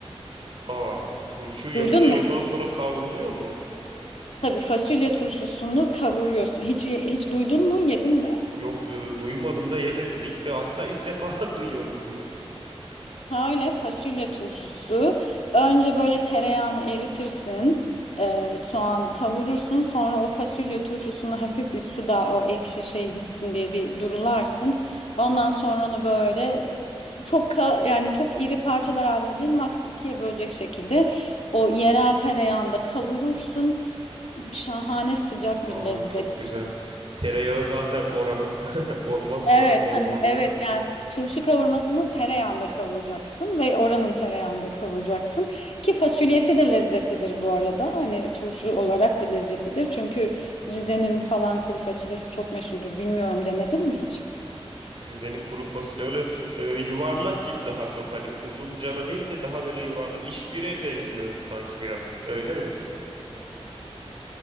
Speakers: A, on the right; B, on the left.
A: Aa, turşu yapılıyor
B: Duydun mu?
A: ondan sonra kavruluyor mu?
B: Tabii fasulye turşusunu kavuruyorsun. Hiç ye- hiç duydun mu? Yedin mi?
A: Yok e, duymadım da yemedim. İlk de hatta ilk defa <laughs> duyuyorum bunu.
B: Şöyle fasulye turşusu. Önce böyle tereyağını eritirsin. E, soğanı kavurursun. Sonra o fasulye turşusunu hafif bir suda o ekşi şey gitsin diye bir durularsın. Ondan sonra onu böyle e, çok ka- yani çok iri parçalar halinde değil maks ikiye bölecek şekilde o yerel tereyağında kavurursun. Şahane sıcak
A: Aa,
B: bir lezzet.
A: çok güzel. Tereyağı zaten oranın <laughs> olmazsa
B: Evet
A: olmazı.
B: hani evet yani turşu kavurmasını tereyağında kavuracaksın ve oranın tereyağında kavuracaksın ki fasulyesi de lezzetlidir bu arada. Hani turşu olarak da lezzetlidir. Çünkü Rize'nin falan kuru fasulyesi çok meşhurdur. Bilmiyorum denedin mi hiç?
A: Rize'nin kuru fasulye öyle e, yuvarlak gibi daha çok hani uzun cana değil de daha böyle yuvarlak işbire benziyor sanki biraz öyle mi?